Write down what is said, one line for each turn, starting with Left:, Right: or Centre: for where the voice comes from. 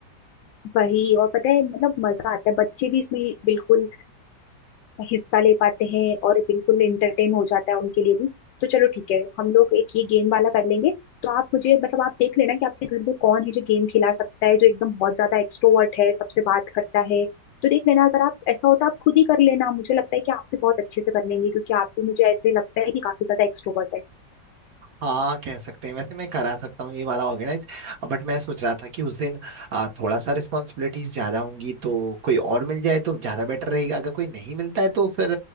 Left: वही और पता है मतलब मजा आता है बच्चे भी इसमें बिल्कुल हिस्सा ले पाते हैं और बिल्कुल एंटरटेन हो जाता है उनके लिए भी तो चलो ठीक है हम लोग एक ये गेम वाला कर लेंगे तो आप मुझे मतलब आप देख लेना कि आपके घर में कौन है जो गेम खिला सकता है जो एकदम बहुत ज्यादा एक्सट्रोवर्ट है सबसे बात करता है तो देख लेना अगर आप ऐसा होता आप खुद ही कर लेना मुझे लगता है कि आप भी बहुत अच्छे से कर लेंगे क्योंकि आप भी मुझे ऐसे लगता है कि काफी ज्यादा एक्सट्रोवर्ट है
Right: हाँ कह सकते हैं वैसे मैं करा सकता हूँ ये वाला ऑर्गेनाइज बट मैं सोच रहा था कि उस दिन अ, थोड़ा सा रिस्पॉन्सिबिलिटीज ज्यादा होंगी तो कोई और मिल जाए तो ज्यादा बेटर रहेगा अगर कोई नहीं मिलता है तो फिर